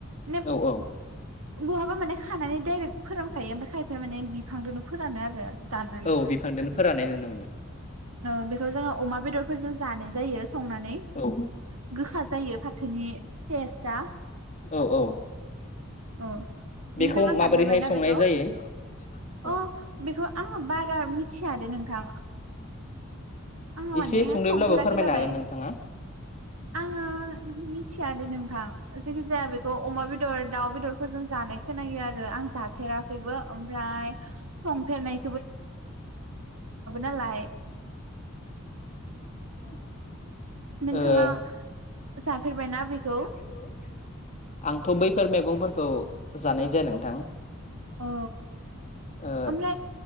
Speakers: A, on the right; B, on the left.
A: माने
B: औ औ
A: बहाबा माने खानानै डाइरेक्ट फोरानखायो ओमफ्राय खायफाया माने बिफांदोनो फोरानो आरो दान
B: औ बिफांदोनो फोराननाय नुनो मोनो।
A: ओ बेखौ जोङो अमा बेदरफोरजों जानाय जायो संनानै
B: औ
A: गोखा जायो फाथोनि टेस्टआ
B: औ औ
A: अ
B: बेखौ
A: नोंथाङा
B: माबोरैहाय
A: जाफेरबायना
B: संनाय
A: बेखौ
B: जायो औ
A: अ बेखौ आं बारा मिथियादे नोंथां आङो
B: एसे
A: माने
B: सुंद'ब्लाबो
A: संफेराखै
B: फोरमायनो
A: नालाय
B: हागोन नोंथाङा
A: आङो मि थिया दे नोंथां जायखि जाया बेखौ अमा बेदर दाउ बेदरफोरजों जानाय खोनायो आरो आं जा फेराखैबो ओमफ्राय संफेरनाय
B: औ औ
A: नालाय
B: औ ओ
A: नोंथाङा जाफेरबायना बेखौ?
B: हेलौ आंथ' बैफोर मैगंफोरखौ जानाय जाया नोंथां
A: औ
B: ओ
A: ओमफ्राय